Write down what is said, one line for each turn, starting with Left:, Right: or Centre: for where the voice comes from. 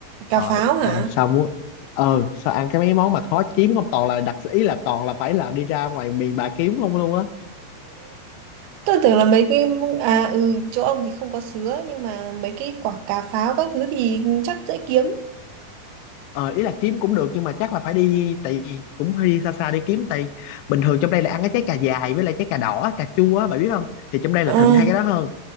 Right: cà
Left: rồi
Right: pháo hả
Left: ê, sao muốn ờ sao ăn cái mấy món mà khó kiếm không toàn là đặc ý là toàn là phải là đi ra ngoài miền bà kiếm không luôn á
Right: Tôi tưởng là mấy cái à ừ chỗ ông thì không có sứa nhưng mà mấy cái quả cà pháo các thứ thì chắc dễ kiếm.
Left: ờ ý là kiếm cũng được nhưng mà chắc là phải đi tì cũng phải đi xa xa đi kiếm tì bình thường trong đây là ăn cái trái cà dài với lại trái cà đỏ cà chua á bà biết không thì trong đây là
Right: À
Left: thịnh hai cái đó hơn